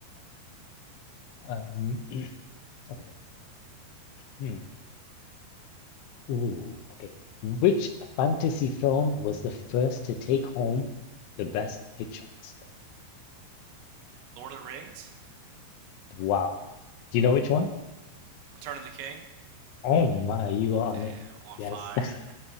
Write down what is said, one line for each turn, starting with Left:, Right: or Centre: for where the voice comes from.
Left: Um, <clears throat> okay. Hmm. Ooh, okay. Which fantasy film was the first to take home the Best Picture Oscar?
Right: Lord of the Rings?
Left: Wow. Do you know which one?
Right: Return of the King?
Left: Oh my, you are
Right: Damn,
Left: on it.
Right: on
Left: Yes.
Right: fire.
Left: <laughs>